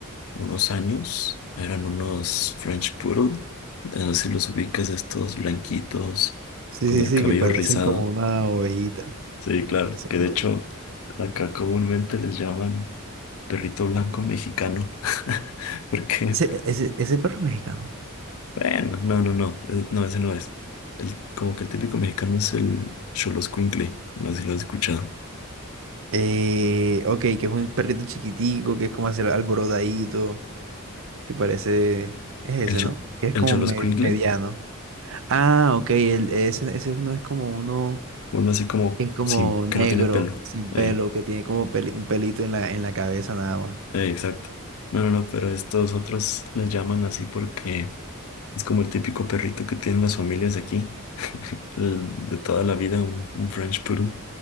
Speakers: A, on the left; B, on the right.
A: unos años, eran unos French Poodle, de no sé si los ubicas, estos blanquitos
B: Sí,
A: con
B: sí,
A: el
B: sí,
A: cabello
B: que parecen
A: rizado.
B: como una ovejita.
A: Sí, claro,
B: Esa es
A: que
B: una
A: de hecho
B: ovejita.
A: acá comúnmente les llaman perrito blanco mexicano. <laughs> Porque
B: Ese, ese, ese perro mexicano.
A: Bueno, no, no, no, eh, no, ese no es. El, como que el típico mexicano es el Xoloscuincle, no sé si lo has escuchado.
B: Eh, ok, que es un perrito chiquitico, que es como así alborotadito, que parece... Es ese,
A: El, cho-
B: ¿no? Que es
A: el
B: como
A: Xoloscuincle,
B: me- mediano. Ah, ok, el, ese, ese no es como uno
A: uno así como
B: que es como
A: sin,
B: negro,
A: que no tiene pelo.
B: sin
A: Ey,
B: pelo, que tiene como peli- un pelito en la, en la cabeza nada más.
A: ey, exacto. No, no, no, pero estos otros les llaman así porque es como el típico perrito que tienen las familias aquí, el de toda la vida, un, un French Poodle,